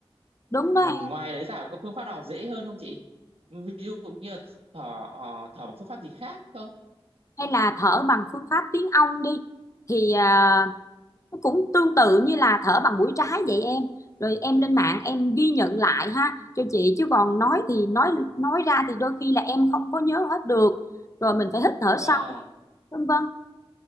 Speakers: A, on the left; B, on the right.
A: đúng
B: Ừm,
A: đó
B: ngoài đấy ra có phương pháp nào dễ hơn không chị ví dụ như thở ờ, thở bằng phương pháp gì khác không
A: hay là thở bằng phương pháp tiếng ong đi thì à, cũng tương tự như là thở bằng mũi trái vậy em rồi em lên mạng em ghi nhận lại ha cho chị chứ còn nói thì nói nói ra thì đôi khi là em không có nhớ hết được rồi mình phải hít thở
B: vâng
A: sâu vân vân